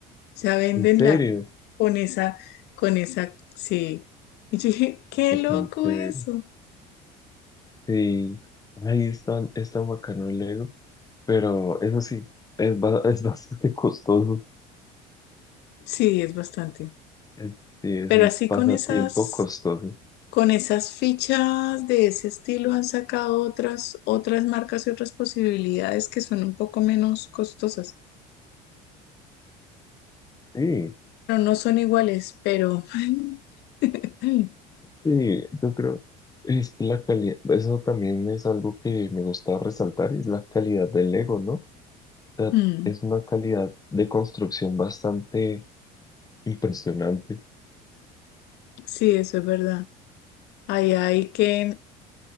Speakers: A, on the left; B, on the left.
A: O sea, venden
B: ¿En serio?
A: la con esa, con esa, sí. Y yo dije, qué
B: Está
A: loco
B: tan chévere.
A: eso.
B: Sí, ahí es tan, es tan bacano el Lego, pero eso sí, es, ba- <laughs> es bastante costoso.
A: Sí, es bastante.
B: Es- Sí, es
A: Pero
B: un
A: así
B: pasatiempo
A: con esas
B: costoso.
A: Con esas fichas de ese estilo han sacado otras, otras marcas y otras posibilidades que son un poco menos costosas.
B: Sí,
A: Pero no son iguales, pero <laughs>
B: sí, yo creo, es que la calidad, eso también es algo que me gusta resaltar, es la calidad del Lego, ¿no? O sea,
A: mm,
B: es una calidad de construcción bastante impresionante.
A: sí, eso es verdad. Ahí hay que